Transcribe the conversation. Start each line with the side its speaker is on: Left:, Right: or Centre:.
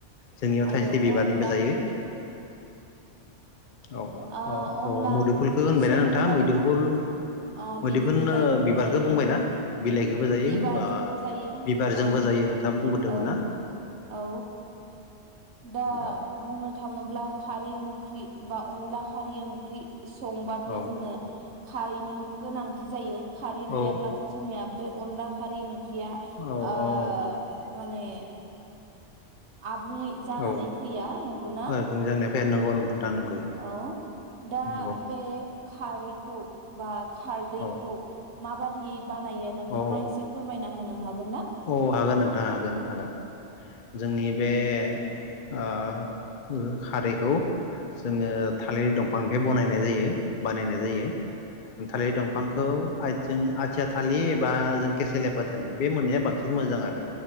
Left: जोंनियाव
Right: आरो
Left: थाइस्रि बिबारनिबो
Right: अनला
Left: जायो औ
Right: ओ
Left: औ
Right: अनला
Left: औ मोदोमफुलखौ
Right: ओंख्रि
Left: होनबायना
Right: संनोबाथ'
Left: नोंथाङां मैदोमफुल
Right: अ
Left: मोदैफोननो
Right: बिनि बिलाइखौबो
Left: बिबारखौ
Right: जायो
Left: बुंबायना बिलाइखौबो जायो
Right: बिबारजोंबो
Left: ओ
Right: जायो
Left: बिबारजोंबो
Right: अ
Left: जायो नोंथाङा बुंबोदोंमोन
Right: औ
Left: ना
Right: औ दा
Left: औ
Right: बुंनो थाङोब्ला खारै ओंख्रि बा अनला खारै ओंख्रि संबाथ
Left: औ
Right: जोंनो खारैनि गोनांथि जायो खारै गैयाब्लाथ'
Left: औ
Right: जोंनिया बे अनला खारि ओं ख्रिया
Left: औ
Right: ओ माने आबुङै जानानै
Left: औ
Right: फैया नंगौना
Left: बुंजानाया फैया नंगौ नोंथां नंगौ
Right: औ दा
Left: नंगौ
Right: बे खारै खौ बा खारदैखौ
Left: औ
Right: माबा इब बानायो नोंथाङा
Left: औ
Right: एसे फोरमायना होनो हागोन ना?
Left: औ हागोन नोंथां हागोन हागोन जोंनि बे ओ उम खारैखौ जोङो थालिर दंफांनिफाय बनायनाय जायो बानायनाय जायो थालिर दंफांखौ जों आथिया थालिर बा जों केसेलि फाथालि बे मोननैया बांसिन मोजां आरो